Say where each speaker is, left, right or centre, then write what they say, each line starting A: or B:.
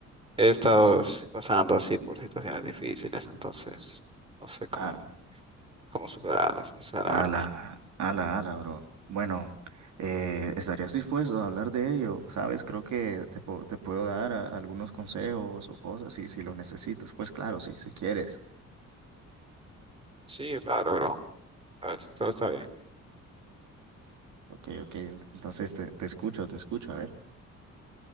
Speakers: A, on the right; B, on the right.
A: he estado s- pasando así por situaciones difíciles, entonces no sé cómo,
B: ah,
A: cómo superarlas, no sé, la
B: ala,
A: verdad.
B: ala, ala, bro. Bueno, eh, ¿estarías dispuesto a hablar de ello? Sabes, creo que te, puedo- te puedo dar a- algunos consejos o cosas si, si lo necesitas. Pues claro, si, si quieres.
A: Sí, claro, bro. A ver, todo está bien.
B: Ok, ok, en- entonces te, te escucho, te escucho, a ver.